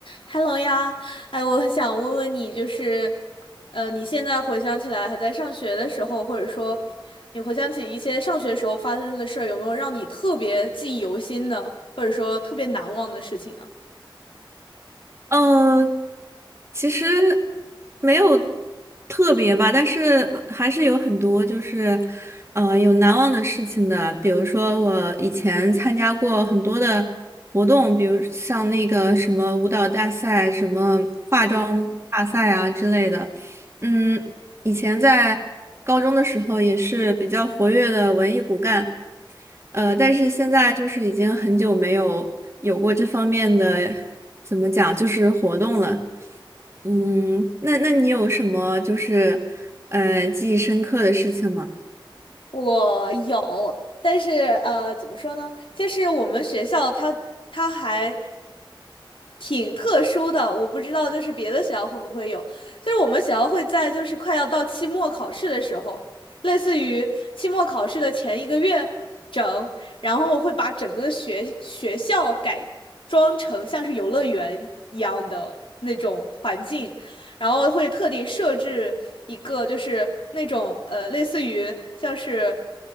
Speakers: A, on the left; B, on the right.
A: Hello 呀，哎，我想问问你，就是，呃，你现在回想起来还在上学的时候，或者说你回想起一些上学时候发生的事儿，有没有让你特别记忆犹新的，或者说特别难忘的事情呢？
B: 嗯，呃其实没有特别吧，但是还是有很多就是，呃，有难忘的事情的。比如说我以前参加过很多的活动，比如像那个什么舞蹈大赛、什么化妆大赛啊之类的。嗯，以前在高中的时候也是比较活跃的文艺骨干，呃，但是现在就是已经很久没有有过这方面的，怎么讲，就是活动了。嗯，那那你有什么就是呃记忆深刻的事情吗？
A: 我有，但是呃，怎么说呢？就是我们学校它它还挺特殊的，我不知道就是别的学校会不会有。就是我们学校会在就是快要到期末考试的时候，类似于期末考试的前一个月整，然后我会把整个学学校改装成像是游乐园一样的那种环境，然后会特地设置一个就是那种呃，类似于像是